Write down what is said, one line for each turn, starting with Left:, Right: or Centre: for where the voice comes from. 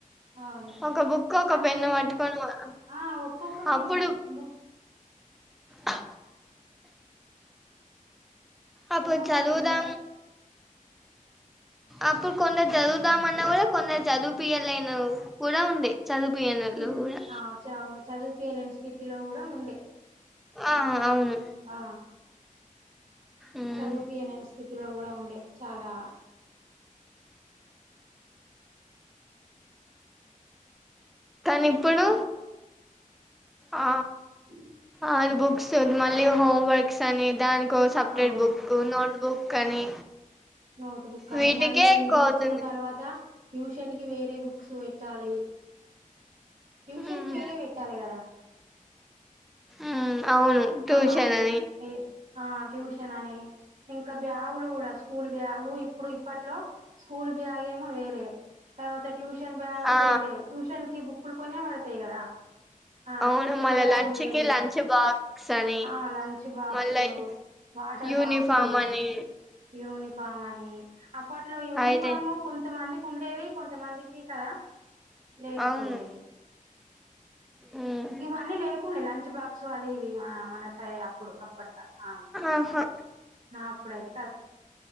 Right: అవును
Centre: ఒక బుక్ ఒక
Right: మళ్ళీ
Centre: పెన్ను పట్టుకొనిపొయాం
Right: ఆ! ఒక్కొక్క పెన్నే.
Centre: అప్పుడు
Right: బుక్
Centre: అ అప్పుడు
Right: ఒక్కొక్క
Centre: చదువుదాం
Right: పెన్నే.
Centre: అప్పుడు కొన్ని చదువుతామన్నా కూడా కొందరు చదువు పియాలేన కూడా ఉండే చదువుపియనోళ్ళు
Right: ఛి
Centre: కూడా
Right: ఆ చవును చదివిపయలేని స్థితిలో కూడా ఉండే
Centre: ఆ అవును
Right: ఆ!
Centre: ఉమ్.
Right: చదువుపియలేని స్థితిలో కూడా ఉండే చాలా
Centre: కానీ ఇప్పుడు
Right: అప్
Centre: ఆ
Right: అ
Centre: అది బుక్స్ ఉ మళ్ళీ హోమ్ వర్క్స్ అని దానికో సపరేట్
Right: అవును.
Centre: బుక్ నోట్ బుక్ అని
Right: నోట్ బుక్ అని
Centre: వీటికే
Right: మళ్ళీ
Centre: ఎక్కువ
Right: ఇంటికిొచ్చిన
Centre: అవుతుంది
Right: తర్వాత ట్యూషన్ కి వేరే బుక్స్ పెట్టాలి ట్యూషన్
Centre: ఉమ్
Right: కి వేరే పెట్టాలి కదా
Centre: ఉమ్ అవును ట్యూషన్
Right: ఆ అ ఈ ఆ
Centre: అని
Right: ఈ ఆ ట్యూషన్ అని ఇంకా బ్యాగులు కూడా స్కూల్ బ్యాగు ఇప్పుడు ఇప్పట్లో స్కూల్ బ్యాగ్ ఏమో వేరే తర్వాత ట్యూషన్ బ్యాగు
Centre: ఆ
Right: వేరే ట్యూషన్ కి బుక్లు కొన్నె పడతాయి కదా ఆ
Centre: అవును
Right: ట్యూషన్
Centre: మళ్ళా
Right: బ్యాగ్
Centre: లంచ్
Right: వేరే
Centre: కి లంచ్ బాక్స్ అని
Right: ఆ లంచ్ బాక్సు
Centre: మళ్ళా
Right: వాటర్
Centre: యూనిఫామ్
Right: బాక్సు
Centre: అని
Right: యూనిఫామ్ అని అప్పట్లో యూనిఫాము
Centre: అయితే
Right: కొంచం కొంతమందికి ఉండేది కొంతమందికి కదా లేకపోయేది
Centre: అవును ఉమ్
Right: ఇవన్నీ లేకుండే లంచ్ బాక్స్ అది ఆ మన సయి అప్పుడు అప్పట్లా ఆ
Centre: ఆహా
Right: నా అప్పుడైతె